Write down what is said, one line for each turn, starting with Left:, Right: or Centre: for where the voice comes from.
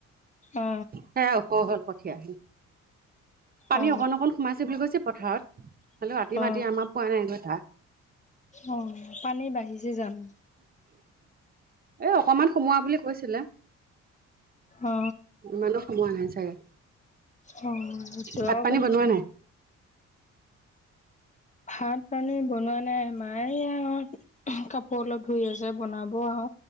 Left: অ
Right: সেয়াও কঠিয়া, পানী
Left: অ
Right: অকণ অকণ সোমাইছে বুলি কৈছে পথাৰত হলো <unintelligible> ৰাতি
Left: অ
Right: মাতি আমাক পোৱা নাই কথা
Left: অ পানী বাঢ়িছে জানোঁ।
Right: এ অকমান সোমোৱা বুলি কৈছিলে
Left: অ
Right: ইমানো সময় নাই চাগে
Left: অহ
Right: ভাত
Left: তই
Right: পানী বনোৱা নাই
Left: ভাত পানী বনোৱা নাই মা আৰু কাপোৰ অলপ ধুই আছে বনাব আও